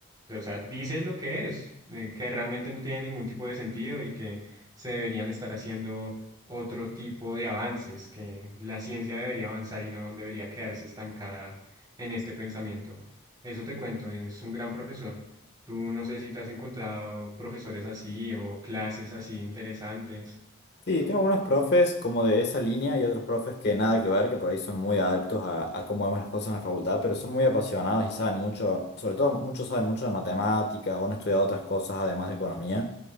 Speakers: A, on the right; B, on the left.
A: o sea, dice lo que es, eh, que realmente no tiene ningún tipo de sentido y que se deberían estar haciendo otro tipo de avances, que la ciencia debería avanzar y no debería quedarse estancada en este pensamiento. Eso te cuento, es un gran profesor. Tú no sé si te has encontrado profesores así o clases así interesantes.
B: Sí, tengo unos profes como de esa línea y otros profes que nada que ver, que por ahí son muy adeptos a, a cómo vemos las cosas en la facultad, pero son muy apasionados y saben mucho, sobre todo muchos saben mucho de matemáticas o han estudiado otras cosas además de economía.